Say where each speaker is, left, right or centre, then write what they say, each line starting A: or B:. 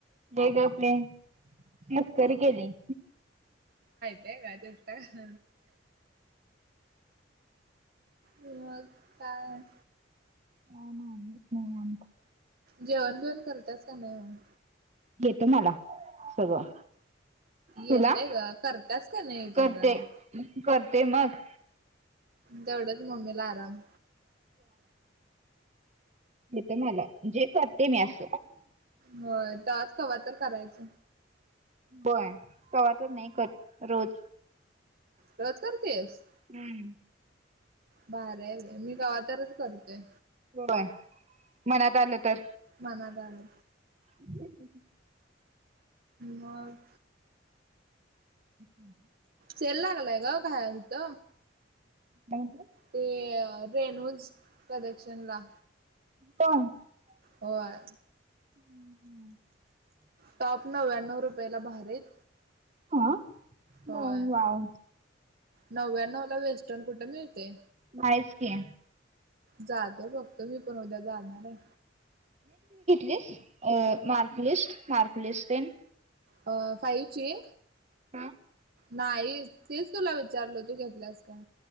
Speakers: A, on the right; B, on the right.
A: ये गप्प रे मस्करी केली
B: ते काय चेष्टा -- मगं काय?
A: ह नाम म आमत.
B: जेवण बेवण करत्यास काय नाही मग?
A: येत मला सगळं.
B: येतय
A: तुला
B: ग करत्यास काय नाही विचारालोय
A: करते करते मग
B: तेवढंच मम्मीला आराम.
A: येत मला जे करते मी अस.
B: होय. <unintelligible> कवा तर करायच.
A: होय. कवातर नाही रोज.
B: रोज करतेस?
A: हम्म.
B: भारी हाय बाई मी कवातरच करतोय.
A: होय मनात आलं तर.
B: मना झाल
A: <unintelligible>
B: मग.
A: हम्म.
B: सेल लागलाय ग इथ
A: काय म्हटलं?
B: ते रेनूज कलेक्शनला
A: प
B: होय.
A: हम्म हम्म
B: टॉप नव्याण्णव रुपयाला भारी हाईत.
A: हा.
B: होय
A: मग वाव!
B: नव्याण्णव ला वेस्टर्न कुठे मिळते
A: बाईच की.
B: जातो बघतो मी पण उद्या जाणार आहे
A: लीस अ मार्कलिस्ट, मार्कलिस्टतेन
B: अ फाईलची.
A: हा
B: नाही. तेच तुला विचारल तू घेतल्यास काय?